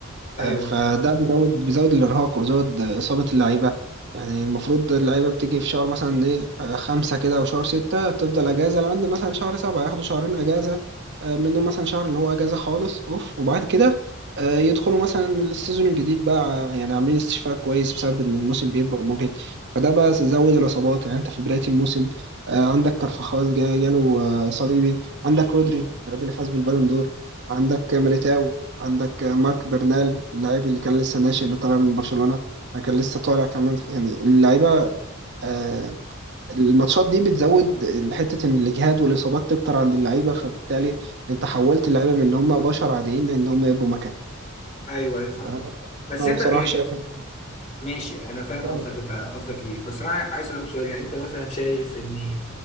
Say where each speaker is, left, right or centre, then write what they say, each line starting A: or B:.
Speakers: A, on the left; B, on the right.
A: ايوه
B: آه، فده بيزود بيزود الارهاق وبيزود آه، اصابه اللعيبه يعني المفروض اللعيبه بتيجي في شهر مثلا ايه آه، خمسة كده او شهر ستة تفضل اجازه لعند مثلا شهر سبعة ياخدوا شهرين اجازه آه، منهم مثلا شهر اللي هو اجازه خالص اوف وبعد كده آه، يدخلوا مثلا السيزون الجديد بقى يعني عاملين استشفاء كويس بسبب ان الموسم بيبقى مجهد فده بقى زود الاصابات يعني انت في بدايه الموسم آه، عندك كارفاخال جا- جاله آه، صليبي عندك رودري اللاعب اللي فاز بالبالون دور عندك ميليتاو عندك مارك برنال اللاعب اللي كان لسه ناشئ اللي طالع من برشلونة كان لسه طالع كمان يعني اللعيبة آه، الماتشات دي بتزود حتة إن الإجهاد والإصابات تكتر عند اللعيبة فبالتالي أنت حولت اللعيبة من إن هم بشر عاديين لإن هم يبقوا مكان
A: ايوه ايوه فاهمك
B: فأنا
A: بس
B: أنا
A: انت
B: بصراحة
A: يعني
B: شايف إن
A: ماشي انا فاهم
B: فعلاً-
A: قصدك انت قصدك ايه بس انا عايز اسالك سؤال يعني انت مثلا شايف ان